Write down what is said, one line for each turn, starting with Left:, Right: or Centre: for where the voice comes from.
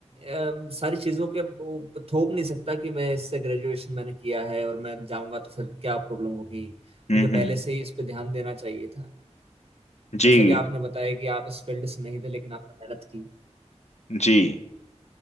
Right: अम, सारी चीजों के वो थोप नहीं सकता कि मैं इससे ग्रेजुएशन मैंने किया है और मैं जाऊंगा तो फिर क्या प्रॉब्लम होगी
Left: हम्म
Right: मुझे पहले
Left: हम्म
Right: से ही इस पे ध्यान देना चाहिए था
Left: जी
Right: जैसा कि आपने बताया कि आप इस फील्ड से नहीं थे लेकिन आपने मेहनत की
Left: जी